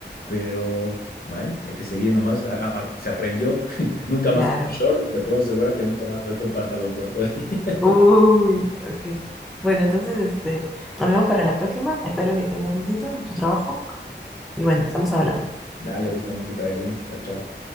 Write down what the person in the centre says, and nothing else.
claro.
Uy, ok. Bueno, entonces, este, nos vemos para la próxima. Espero que tengas éxito en tu trabajo. Y bueno, estamos hablando.